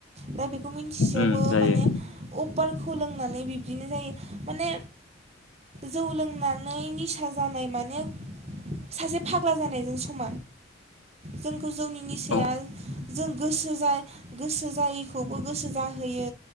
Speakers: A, on the right (about 30°); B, on the left (about 80°).
A: दा बेखौ मिन्थिसेयावबो
B: उम जायो
A: माने अपारखौ लोंनानै बिब्दिनो जायो। माने जौ लोंनानै निसा जानाय माने सासे फाग्ला जानायजों सम जोंखौ जोंनि निसाया
B: औ
A: जों गोसो जा गोसो जायैखौबो गोसो जाहोयो